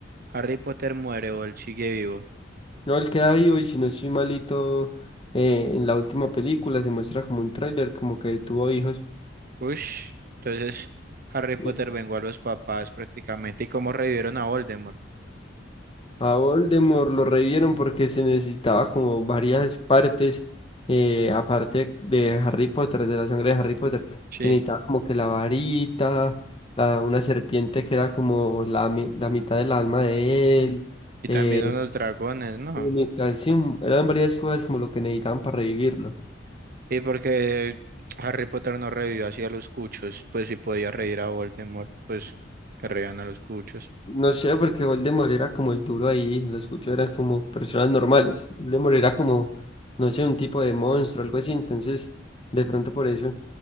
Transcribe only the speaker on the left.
No, él queda vivo y si no estoy malito, eh, en la última película se muestra como un tráiler, como que tuvo hijos.
Y
A Voldemort lo revivieron porque se necesitaba como varias partes, eh, aparte de Harry Potter, de la sangre de Harry Potter.
Se necesitaba como que la varita, la- una serpiente que era como la, mi- la mitad del alma de él,
eh,
túnica, sí, un- eran varias cosas como lo que necesitaban para revivirlo.
No sé, porque Voldemort era como el duro ahí, los cuchos eran como personas normales. Voldemort era como, no sé, un tipo de monstruo, algo así, entonces, de pronto por eso,